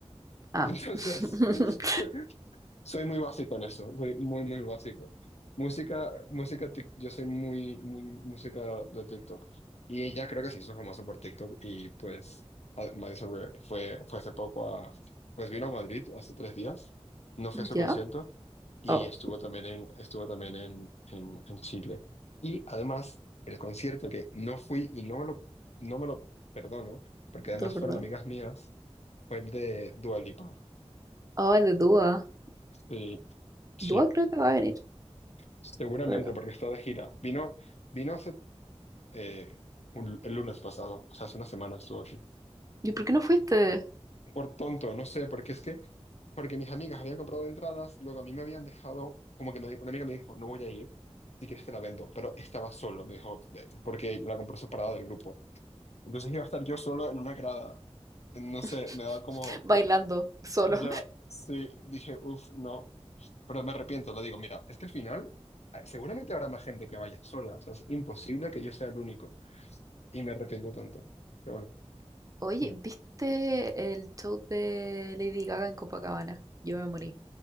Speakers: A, on the right; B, on the left.
A: Ah.
B: Entonces,
A: <laughs>
B: <laughs> Soy muy básico en eso, soy muy, muy básico. Música, música, tic- yo soy muy, muy música de TikTok. Y ella creo que se hizo famosa por TikTok y pues a- Madison Beer fue, fue hace poco a, pues vino a Madrid hace tres días, no fue
A: ¿Ya?
B: a su concierto y
A: Oh,
B: estuvo también en, estuvo también en, en, en Chile. Y además, el concierto que no fui y no me lo, no me lo perdono, porque además
A: te lo perdono.
B: fueron amigas mías, fue el de Dua Lipa.
A: Oh, el de Dua.
B: Sí, sí.
A: Dua creo que va a venir
B: Seguramente,
A: por acá.
B: porque está de gira. Vino, vino hace eh, un- el lunes pasado, o sea, hace una semana estuvo aquí.
A: ¿Y por qué no fuiste?
B: Por tonto, no sé, porque es que, porque mis amigas habían comprado entradas, luego a mí me habían dejado, como que me di- una amiga me dijo, no voy a ir, si quieres te la vendo, pero estaba solo, me dijo, "Ve", porque la compró separada del grupo. Entonces iba a estar yo solo en una grada, no sé,
A: <laughs>
B: me daba como,
A: Bailando, solo.
B: ya, sí, dije, uff, no, pero me arrepiento, le digo, mira, es que al final... eh, Seguramente habrá más gente que vaya sola, o sea, es imposible que yo sea el único. y me arrepiento tanto. Pero bueno,
A: Oye,
B: mm,
A: ¿viste el show de Lady Gaga en Copacabana? Yo me morí.